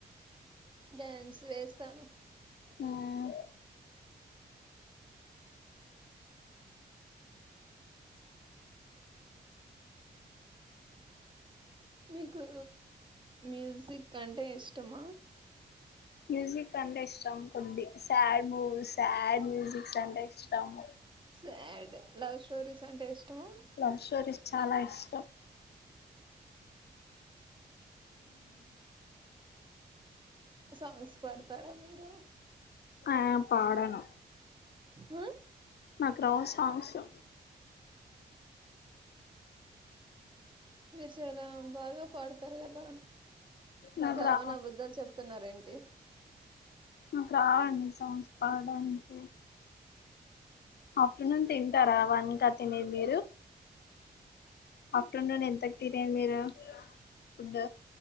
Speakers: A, on the right (about 30°); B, on the left (about 70°).
A: డ్యాన్స్ వేస్తాను
B: ఉమ్
A: మీకు మ్యూజిక్ అంటే ఇష్టమ
B: మ్యూజిక్ అంటే ఇష్టం కొది సాడ్ మూవీస్డ్ మ్యూజిక్స్ అంటే ఇష్టము
A: సాడ్ లవ్ స్టోరీస్ అంటే ఇష్టమా
B: లవ్ స్టోరీస్ చాల ఇష్టం
A: సాంగ్స్ పడతార మీరు
B: ఆ పాడను
A: హ
B: నాకు రావ్ సాంగ్స్ సు
A: మీరు చాల బాగ పాడతారు కదా
B: నాకు
A: రవాని
B: రా
A: అభదలు చెప్తున్నార ఏంటి
B: నాకు రావండి సాంగ్స్ పాడడానికి ఆఫ్టర్నూన్ తింటారా వన్కా తినేది మీరు ఆఫ్టర్నూన్ ఎంతకు తినేది మీరు ఫుడ్